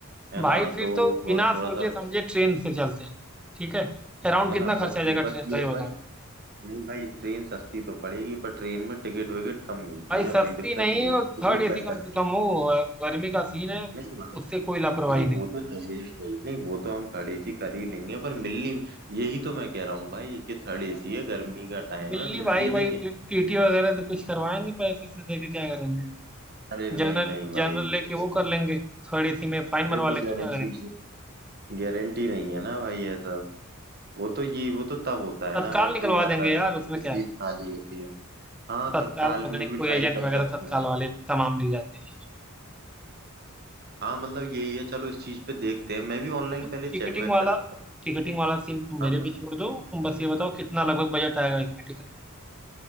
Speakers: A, on the right; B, in the centre.
A: है
B: भाई
A: ना
B: फिर
A: तो
B: तो
A: वो
B: बिना
A: थोड़ा
B: सोचे
A: सा मतलब
B: समझे ट्रेन से चलते हैं ठीक है अराउंड
A: है
B: कितना
A: ना
B: खर्चा
A: बस
B: आ जाएगा
A: ये
B: ट्रेन
A: बस
B: का
A: ये
B: ये
A: है
B: बताओ
A: भाई नहीं भाई ट्रेन सस्ती तो पड़ेगी पर ट्रेन में टिकट विकेट कम मिलती
B: भाई
A: है
B: सस्ती
A: भाई दिक्कत
B: नहीं
A: ये है।
B: और थर्ड
A: वो चेक
B: एसी कम
A: कर
B: से कम हो और गर्मी का सीन है
A: नहीं भाई,
B: उससे कोई लापरवाही
A: नहीं
B: नहीं
A: वो तो थर्ड एसी चाहिए नहीं वो तो हम थर्ड एसी कर ही लेंगे पर मिलनी यही तो मैं कह रहा हूँ भाई कि थर्ड एसी है गर्मी का टाइम
B: मिलनी
A: है मिलती
B: भाई
A: नहीं
B: भाई
A: है
B: टीटी वगैरह से कुछ करवाएंगे पैसे से देके क्या करेंगे
A: अरे नहीं
B: जनरल
A: नहीं भाई
B: जनरल
A: तो
B: लेके वो कर लेंगे थर्ड एसी में फाइन
A: अरे
B: मरवा
A: तो
B: लेंगे
A: गारंटी
B: क्या करेंगे
A: गारंटी नहीं है ना भाई ये सब वो तो ये वो तो तब होता है
B: तत्काल
A: ना अगर कोई
B: निकलवा
A: आता
B: देंगे
A: नहीं
B: यार
A: है उसकी
B: उसमें
A: सीट
B: क्या है
A: खाली होती है हाँ
B: तत्काल
A: तत्काल
B: पकड़े
A: में
B: कोई
A: भी ट्राई
B: एजेंट
A: कर
B: वगैरह
A: सकते
B: तत्काल
A: हैं
B: वाले तमाम मिल जाते हैं
A: हाँ मतलब यही है चलो इस चीज पे देखते हैं मैं भी ऑनलाइन
B: तुम
A: पहले चेक
B: टिकटिंग
A: वेक
B: वाला
A: करता
B: टिकटिंग वाला सीन तुम
A: हम
B: मेरे पे छोड़ दो तुम बस ये बताओ कितना लगभग बजट आएगा इसमें टिकट में